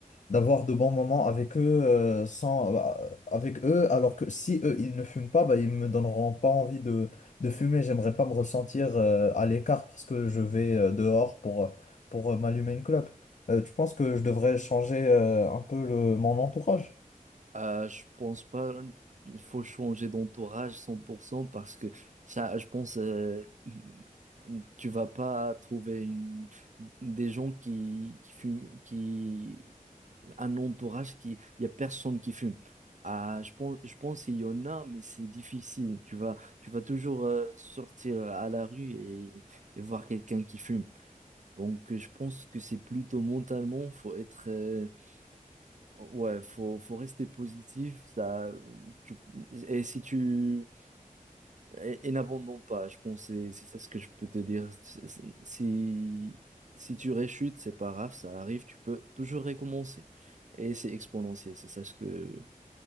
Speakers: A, on the left; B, on the right.
A: d'avoir de bons moments avec eux euh, sans bah, avec eux alors que si eux ils ne fument pas bah ils me donneront pas envie de de fumer j'aimerais pas me ressentir euh, à l'écart parce que je vais euh, dehors pour pour euh, m'allumer une clope Euh, tu penses que je devrais changer euh, un peu le mon entourage
B: Euh, je pense pas il faut changer d'entourage 100% parce que ça, je pense euh, <laughs> tu vas pas trouver une, des gens qui, qui fument, qui un entourage qui il y a personne qui fume. Ah, je pense, je pense qu'il y en a, mais c'est difficile. Tu vas, tu vas toujours euh, sortir à la rue et, et voir quelqu'un qui fume. Donc, euh, je pense que c'est plutôt mentalement, faut être, euh, Ouais, faut, faut rester positif, ça, tu, et si tu, et, et n'abandonne pas, je pense, que c'est c'est ça ce que je peux te dire. C'est- c'est- Si, si tu réchutes, c'est pas grave, ça arrive, tu peux toujours recommencer. Et c'est exponentiel, c'est ça ce que,